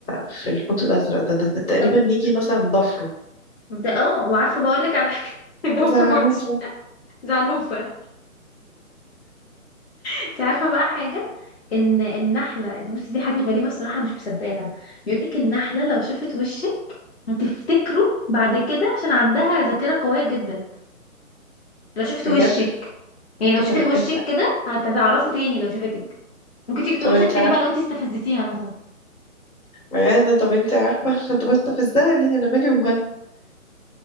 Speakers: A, on the left (about 75°); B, on the left (about 45°).
A: في الحوت الازرق ده, ده, ده تقريبا
B: طب
A: نيجي مثلا ضفره
B: ده اه وعارفه بقول لك على حاجه <laughs> ده فرويد
A: زعنوفه
B: زعنوفه انت عارفه بقى حاجه ان النحله انت بصي دي حاجه غريبه الصراحه انا مش مصدقاها بيقول لك النحله لو شافت وشك هتفتكره بعد كده عشان عندها ذاكره قويه جدا لو شافت
A: بجد
B: وشك يعني لو شافت
A: طب
B: وشك
A: انت
B: كده هتعرفه تاني لو شافتك ممكن تيجي تورثك
A: طب انت
B: تاني
A: عارفه
B: بقى لو انت استفزتيها مثلا
A: يا ده طب انت عارفة <laughs> انا كنت بستفزها ليه انا مالي ومالها